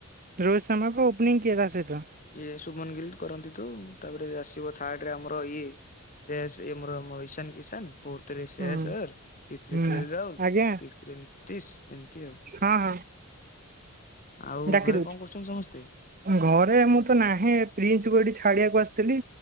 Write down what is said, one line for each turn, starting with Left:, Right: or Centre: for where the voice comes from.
Right: ରୋହିତ୍ ଶର୍ମାକୁ ଓପନିଂ କିଏ ତା ସହିତ
Left: ଏ ସୁମନ ଗିଲ କରନ୍ତି ତ ତାପରେ ଆସିବ ଥାର୍ଡ ରେ ଆମର ଅ ଇଏ ସେ ଆସେ ଆମର ଇଶାନ କିଶାନ ଫୋର୍ଥରେ ଶ୍ରୟାସର
Right: ହୁଁ
Left: ଫିଫ୍‌ଥ୍
Right: ହୁଁ
Left: ରେ କେ ଏଲ ରାହୁଲ
Right: ଆଜ୍ଞା
Left: ସିକ୍ସଥ୍ ରେ ନିତିଶ ଏମିତି ଆଉ
Right: ହଁ ହଁ
Left: ଆଉ
Right: ଡାକି
Left: ଘରେ
Right: ଦଉଛି!
Left: କଣ କରୁଛନ୍ତି ସମସ୍ତେ?
Right: ଘରେ ମୁଁ ତ ନାହିଁ ଫ୍ରୀ ଅଛି ବୋଳି ଏଟା ଛାଡିବାକୁ ଆସିଥିଲି